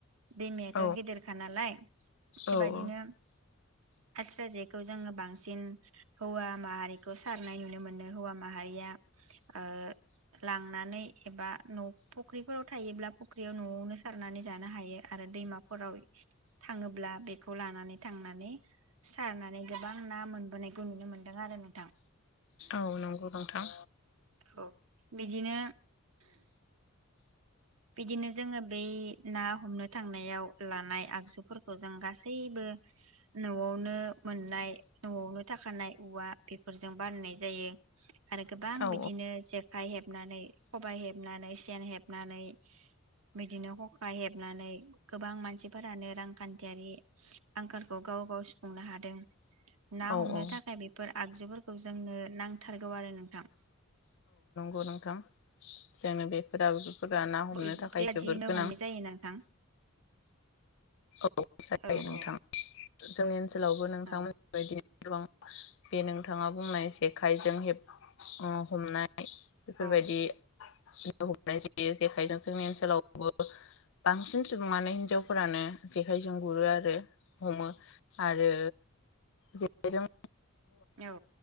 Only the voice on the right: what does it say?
दैमायाथ'
गेदेरखा नालाय बेबाददिनो
आस्रा जेखौ जोङो बांसिन हौवा माहारिखौ सारनाय नुनो मोनो हौवा माहारिया ओ लांनानै एबा न' फुख्रिफोराव थायोब्ला फुख्रियाव न'आवनो सारनानै जानो हायो आरो दैमाफोराव थाङोब्ला बेखौ लानानै थांना सारनानै गोबां ना मोनबोनायखौ नुनो मोनदों आरो नोंथां।
औ बिदिनो। बिदिनो जोङो बै ना हमनो थांनायाव लानाय आगजुफोरखौ जों गासैबो न'आवनो मोननाय न'आवनो थाखानाय औवा बेफोरजों बानायनाय जायो आरो गोबां
बिदिनो जेखाइ हेबनानै खबाय हेबनानै सेन हेब नानै बिदिनो ख'खा हेबनानै गोबां मानसिफोरानो रांखान्थियारि आंखालखौ गाव गाव सुफुंनो हादों ना
हमनो
थाखाय बेफोर आगजुफोरखौ जोंनो नांथारगौ आरो नोंथां।
बेबायादिनो
हमनाय जायो नोंथां।
औ
औ
औ
औ
औ।